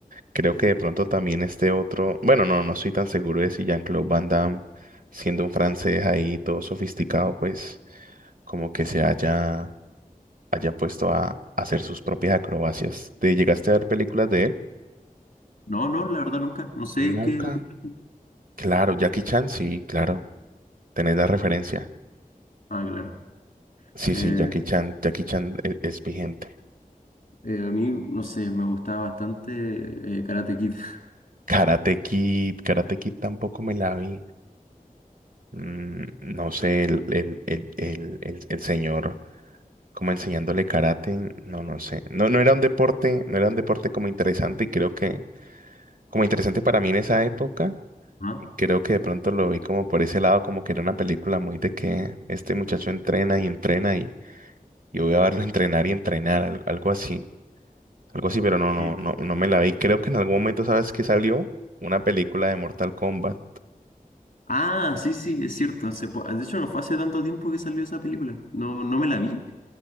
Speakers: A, on the right; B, on the left.
A: Creo que de pronto también este otro, bueno, no, no estoy tan seguro de si Jean-Claude Van Damme, siendo un francés ahí todo sofisticado, pues como que se haya, haya puesto a hacer sus propias acrobacias. ¿Te llegaste a ver películas de él?
B: No, no, la verdad nunca. No sé
A: Nunca.
B: qué. película-
A: Claro, Jackie Chan, sí, claro. ¿Tenés la referencia?
B: Ah, claro.
A: Sí,
B: Eh,
A: sí, Jackie Chan, Jackie Chan e- es, vigente.
B: eh, a mí, no sé, me gustaba bastante eh, Karate Kid. <laughs>
A: Karate Kid, Karate Kid tampoco me la vi. Mm, no sé, el, el, el, el, el, el señor como enseñándole karate, no, no sé. No, no era un deporte, no era un deporte como interesante y creo que, como interesante para mí en esa época,
B: Ajá.
A: y creo que de pronto lo vi como por ese lado, como que era una película muy de que este muchacho entrena y entrena y, y voy a verlo <laughs> entrenar y entrenar, al- algo así. Algo así, pero no, no,
B: Sí.
A: no, no me la vi. Creo que en algún momento, ¿sabes que salió? Una película de Mortal Kombat.
B: Ah, sí, sí, es cierto. hace po- de hecho, no fue hace tanto tiempo que salió esa película. No, no me la vi.